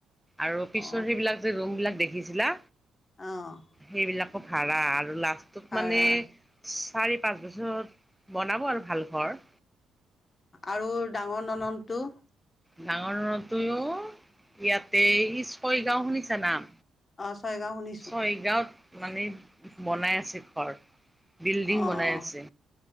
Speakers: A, in the centre; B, on the left.
A: আৰু পিছৰ
B: অ
A: সেইবিলাক যে ৰুম বিলাক দেখিছিলা
B: অ',
A: সেইবিলাকো ভাড়া আৰু লাষ্টত
B: ভাড়া
A: মানে চাৰি, পাঁচ বছৰ বনাব আৰু ভাল ঘৰ।
B: অ'আৰু ডাঙৰ নননটো?
A: ডাঙৰ নননটোও ইয়াতে, ল ইচ ছয়গাঁও শুনিছা নাম?
B: অ' ছয় গাওঁ শুনি
A: ছয়গাঁৱত মানে বনাই আছে ঘৰ বিল্ডিং
B: অ'
A: বনাই আছে।